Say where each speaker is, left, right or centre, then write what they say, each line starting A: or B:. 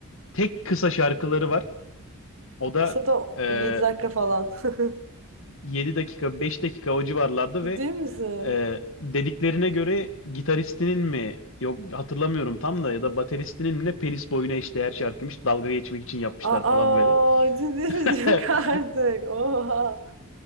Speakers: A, on the left; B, on the right.
A: Tek kısa şarkıları var. O da
B: Kısa da
A: e,
B: bir 7 dakika falan. <laughs>
A: 7 dakika 5 dakika o civarlarda
B: Ciddi
A: ve
B: misin?
A: e, dediklerine göre gitaristinin mi yok hatırlamıyorum tam da ya da bateristinin mi ne penis boyuna eşdeğer şarkıymış dalga geçmek için yapmışlar
B: Aa,
A: falan böyle.
B: ciddi misin? <laughs>
A: <laughs>
B: Yok artık. Oha.